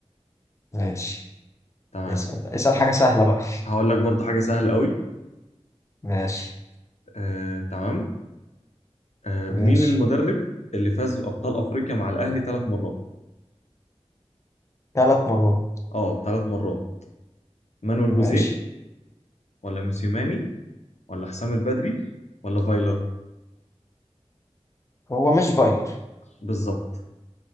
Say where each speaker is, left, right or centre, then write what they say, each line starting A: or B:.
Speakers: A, on the left; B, on the left.
A: ماشي
B: تمام
A: اسأل بقى. اسأل حاجة
B: ه-
A: سهلة بقى
B: هقول لك برضه حاجه سهل قوي
A: ماشي
B: آه، تمام آه،
A: ماشي
B: مين المدرب اللي فاز بابطال افريقيا مع الاهلي ثلاث مرات
A: ثلاث مرات
B: اه ثلاث مرات مانويل
A: ماشي
B: جوزيه ولا موسيماني ولا حسام البدري ولا فايلر
A: هو مش فايلر
B: بالظبط